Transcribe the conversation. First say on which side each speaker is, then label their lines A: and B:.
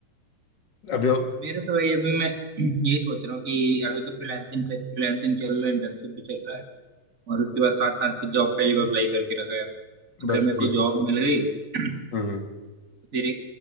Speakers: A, on the left; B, on the right.
A: अभी अब-
B: मेरे तो भाई अभी मैं <clears throat> यही सोच रहा हूँ कि अभी तो फ्रीलांसिंग का फ्रीलांसिंग चल रहा है इंटर्नशिप भी चल रहा है और उसके बाद साथ साथ के जॉब पहले भी अप्लाई करके रखा है अगर
A: बस
B: मेरे
A: ठीक
B: को जॉब मिल गई <clears throat>
A: हम्म हम्म।
B: तो फिर